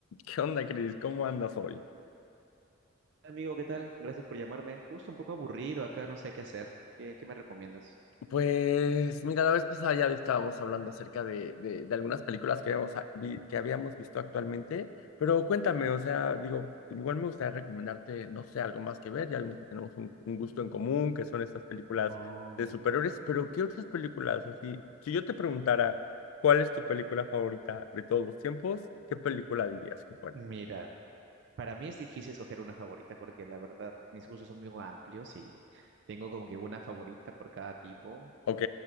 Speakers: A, on the left; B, on the right.
A: ¿Qué onda, Cris? ¿Cómo andas hoy?
B: Amigo, ¿qué tal? Gracias por llamarme. Justo un poco aburrido acá, no sé qué hacer. ¿Qué, qué me recomiendas?
A: Pues mira, la vez pasada ya estábamos hablando acerca de, de, de algunas películas que habíamos, a- vi- que habíamos visto actualmente, pero cuéntame, o sea, digo, igual me gustaría recomendarte, no sé, algo más que ver, ya vimos que tenemos un, un gusto en común, que son estas películas
B: Oh,
A: de superhéroes, pero ¿qué otras películas? Así, si yo te preguntara, ¿cuál es tu película favorita de todos los tiempos? ¿Qué película dirías que fuera?
B: mira, para mí es difícil escoger una favorita porque la verdad mis gustos son muy amplios y tengo como que una favorita por cada tipo.
A: ¿Ok?